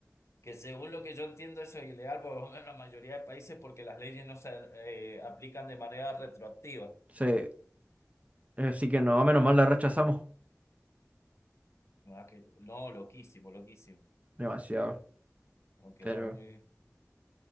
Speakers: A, on the left; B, on the right.
A: Que según lo que yo entiendo eso es ilegal, por lo menos en la mayoría de países, porque las leyes no se eh, aplican de manera retroactiva.
B: Sí, eh, así que no, menos mal la rechazamos.
A: ¿Verdad que- no, loquísimo, loquísimo.
B: Demasiado.
A: Hemos quedado
B: Pero
A: muy...